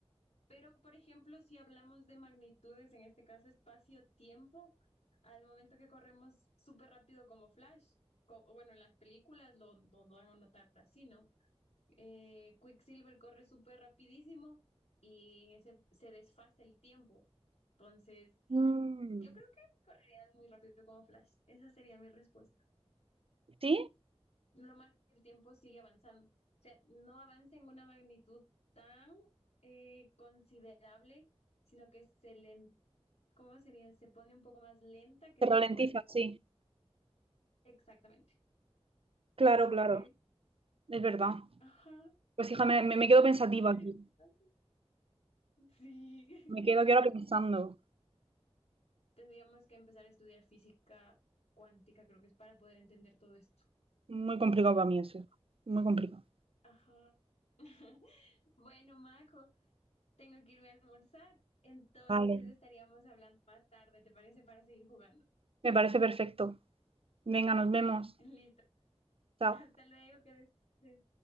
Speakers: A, on the left; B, on the right.
A: Pero, por ejemplo, si hablamos de magnitudes, en este caso espacio-tiempo, al momento que corremos súper rápido como Flash, co- bueno, en las películas lo, lo van a notar así, ¿no? Eh, Quicksilver corre súper rapidísimo y en ese se desfasa el tiempo. Entonces,
B: Mm,
A: Yo creo que correría muy rápido como Flash. Esa sería mi respuesta.
B: ¿Sí?
A: Lo malo es que el tiempo sigue avanzando. O sea, no avanza en una magnitud tan eh, considerable, sino que se le, ¿cómo sería? Se pone un poco más lenta que
B: Se
A: lo
B: ralentiza,
A: normal.
B: sí.
A: Exactamente.
B: Claro,
A: Sí,
B: claro.
A: cree.
B: Es verdad.
A: Ajá.
B: Pues hija, me, me- me quedo pensativa
A: Súper
B: aquí.
A: interesante. Sí.
B: Me quedo aquí ahora pensando.
A: <laughs> Tendríamos que empezar a estudiar física cuántica, creo que es para poder entender todo esto.
B: Muy complicado para mí eso. Muy complicado.
A: Ajá. <laughs> Bueno, Majo, Tengo que irme a almorzar, entonces
B: Vale.
A: estaríamos hablando más tarde, ¿te parece? Para seguir jugando.
B: Me parece perfecto. Venga, nos vemos.
A: <laughs> Listo.
B: Chao.
A: Hasta luego, que descanses.